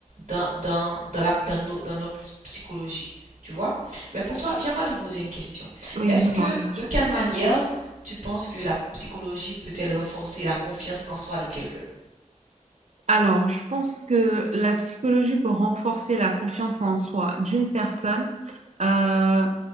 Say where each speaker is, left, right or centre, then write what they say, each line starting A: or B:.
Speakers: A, on the right; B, on the right.
A: dans, dans, dans la, dans, nos- dans notre psychologie, tu vois. Mais pour toi, j'aimerais te poser une question.
B: Oui,
A: Est-ce
B: dis-moi,
A: que,
B: bien sûr.
A: de quelle manière tu penses que la psychologie peut-elle renforcer la confiance en soi de quelqu'un?
B: Alors, je pense que la psychologie peut renforcer la confiance en soi d'une personne, euh,